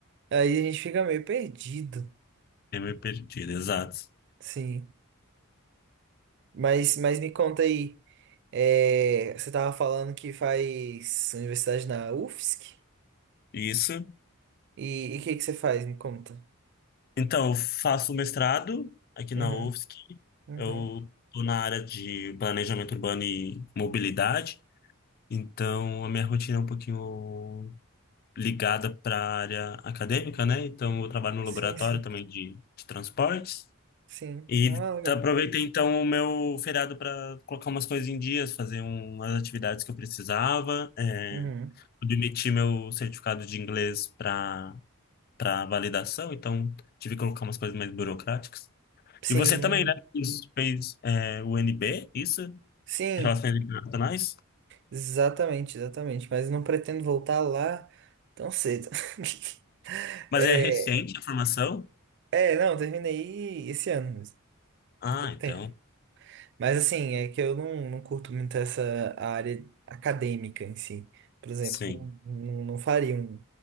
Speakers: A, on the right (about 55°); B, on the left (about 45°).
A: Aí a gente fica meio perdido,
B: <laughs> Eu me perdi, exato.
A: sim. Mas, mas me conta aí, é, você tava falando que faz universidade na UFSC?
B: Isso.
A: E o que que você faz? Me conta.
B: Então, eu faço mestrado aqui
A: Uhum,
B: na UFSC.
A: uhum.
B: Eu tô na área de planejamento urbano e mobilidade. Então, a minha rotina é um pouquinho ligada para a área acadêmica, né? Então, eu trabalho no laboratório
A: Sim, sim,
B: também de, de transportes.
A: sim.
B: E
A: Ah, legal.
B: tá- aproveitei, então, o meu feriado para colocar umas coisas em dias, fazer umas atividades que eu precisava. É,
A: Uhum.
B: pude emitir meu certificado de inglês para para validação, então tive que colocar umas coisas mais burocráticas.
A: Sim,
B: E você também,
A: imagino.
B: né? Fez, fez, é, o NB, isso?
A: Sim.
B: Relações Internacionais?
A: Exatamente, exatamente. Mas não pretendo voltar lá tão cedo. <laughs>
B: Mas
A: É,
B: é recente a formação?
A: é, não, terminei esse ano mesmo.
B: Ah,
A: Tem pouco
B: então,
A: tempo. Mas assim, é que eu não, não curto muito essa área acadêmica em si. Por exemplo,
B: sim.
A: não, não faria um,